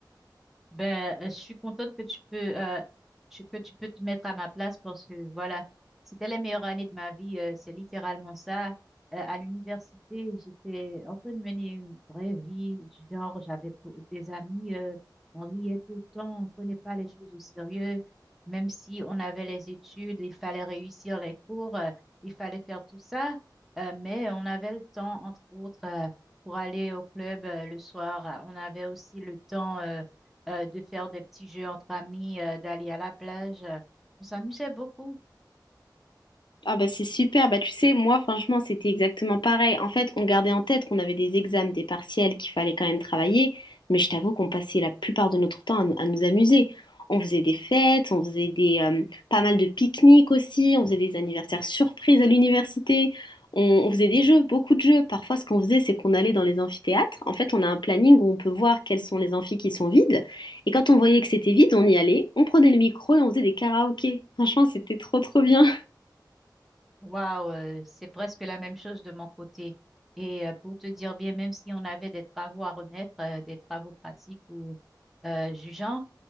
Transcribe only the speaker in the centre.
Ben, euh, je suis contente que tu peux, euh, tu- que tu peux te mettre à ma place parce que voilà, c'était les meilleures années de ma vie. euh, c'est littéralement ça. Euh, à l'université, j'étais en train de mener une vraie vie. Je- Genre, j'avais beau- des amis, euh, on riait tout le temps, on prenait pas les choses au sérieux. Même si on avait les études, il fallait réussir les cours, euh, il fallait faire tout ça. euh, mais on avait le temps, entre autres, euh, pour aller au club, euh, le soir. On avait aussi le temps. euh, euh, de faire des petits jeux entre amis, euh, d'aller à la plage. euh, On s'amusait beaucoup.
Waouh, euh, c'est presque la même chose de mon côté. Et euh, pour te dire bien, même si on avait des travaux à remettre, euh, des travaux pratiques ou euh, jugeants,